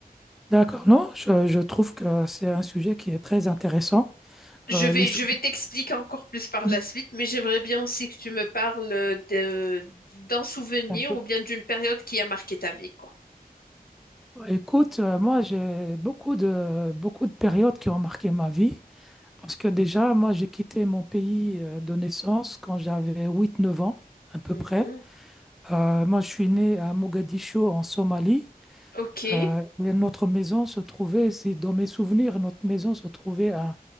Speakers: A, in the centre; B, on the left (about 70°).
A: D'accord. Non, je, je trouve que c'est un sujet qui est très intéressant.
B: Je
A: Euh,
B: vais,
A: les sou-
B: je vais t'expliquer encore plus par la
A: Mhm.
B: suite, mais j'aimerais bien aussi que tu me parles euh, de, d'un souvenir
A: un peu.
B: ou bien d'une période qui a marqué ta vie, quoi.
A: Écoute, euh, moi, j'ai beaucoup de, beaucoup de périodes qui ont marqué ma vie. Parce que déjà, moi, j'ai quitté mon pays euh, de naissance quand j'avais huit neuf ans, à peu
B: Mhm.
A: près. Euh, moi, je suis né à Mogadiscio, en Somalie.
B: Ok.
A: Euh, mais notre maison se trouvait, si dans mes souvenirs, notre maison se trouvait à,